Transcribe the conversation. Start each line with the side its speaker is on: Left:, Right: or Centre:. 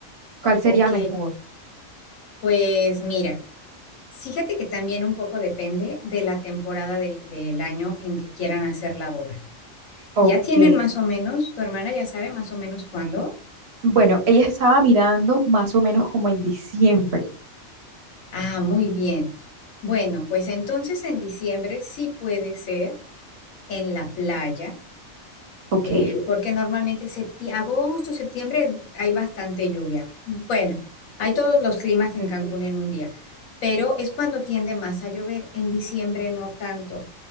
Right: cuál sería
Left: Ok,
Right: mejor.
Left: pues mira, fíjate que también un poco depende de la temporada del, del año en que quieran hacer la boda.
Right: Ok.
Left: ¿Ya tienen más o menos? ¿Tu hermana ya sabe más o menos cuándo?
Right: Bueno, ella estaba mirando más o menos como en diciembre.
Left: Ah, muy bien. Bueno, pues entonces en diciembre sí puede ser en la playa,
Right: Ok.
Left: eh, Ok. eh, porque normalmente septi- agosto, septiembre es- hay bastante lluvia. Bueno, hay todos los climas
Right: Ok.
Left: en Cancún en un día, pero es cuando tiende más a llover. En diciembre no tanto,